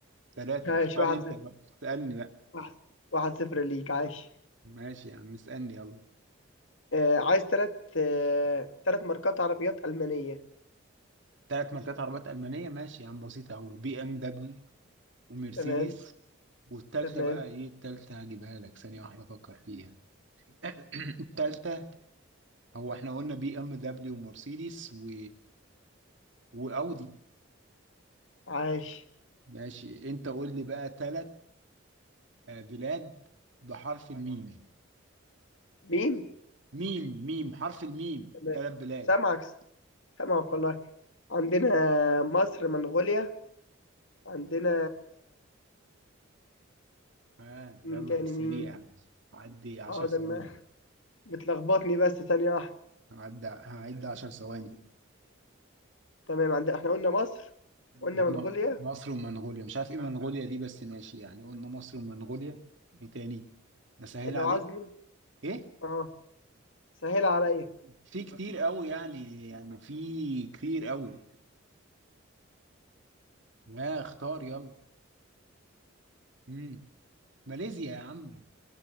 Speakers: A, on the right; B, on the left.
A: ثلاثة
B: عايش
A: اختار
B: واحد
A: انت
B: صفر
A: بقى اسألني بقى
B: واحد واحد صفر ليك عايش
A: ماشي يا عم اسألني يلا
B: آه عايز تلات آه تلات ماركات عربيات ألمانية
A: ثلاث ماركات عربيات ألمانية ماشي يا عم بسيطة أوي بي ام دبليو ومرسيدس
B: تمام
A: والتالتة
B: تمام
A: بقى ايه التالتة هجيبها لك ثانية واحدة افكر فيها <clears throat> التالتة هو احنا قلنا بي ام دبليو ومرسيدس و... واودي
B: عايش
A: ماشي انت قول لي بقى ثلاث بلاد بحرف ايوه يا باشا الميم
B: مين
A: ميم ميم حرف الميم
B: تمام
A: ثلاث بلاد
B: سامعك سامعك والله عندنا مصر منغوليا عندنا
A: ها يلا
B: مين تاني
A: في السريع
B: مين
A: عدي 10
B: حاضر
A: ثواني
B: ما بتلخبطني بس ثانية واحدة
A: هعد هعد 10 ثواني
B: تمام عندنا احنا قلنا مصر قلنا
A: قلنا
B: منغوليا
A: مصر ومنغوليا مش عارف ايه منغوليا دي بس ماشي يعني قلنا مصر ومنغوليا ايه تاني اسهل
B: لو
A: عليك
B: عاوز مين
A: ايه
B: اه سهل عليا
A: في كتير قوي يعني يعني في كتير قوي لا اختار يلا امم ماليزيا يا عم